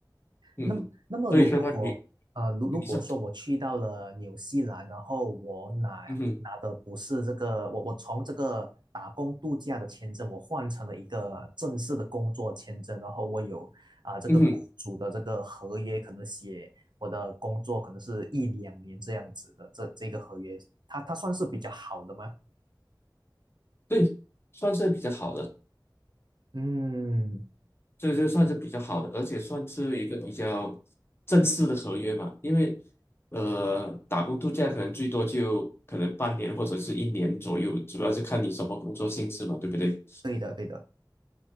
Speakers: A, on the left; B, on the right.
A: 嗯，
B: 那么，那么如如果呃，
A: 所以说你
B: 如如果说我去到了纽西兰，
A: 你说，
B: 然后我拿拿的不是这个，
A: 嗯哼
B: 我我从这个打工度假的签证，我换成了一个正式的工作签证，然后我有啊、这个雇主的这个合约，
A: 嗯哼，
B: 可能写我的工作可能是一两年这样子的，这这个合约，它它算是比较好的吗？
A: 对，算是比较好的，
B: 嗯，
A: 这就算是比较好的，而且算是一个比较正式的合约嘛。因为呃，打工度假可能最多就可能半年或者是一年左右，主要是看你什么工作性质嘛，对不对？
B: 对的，对的。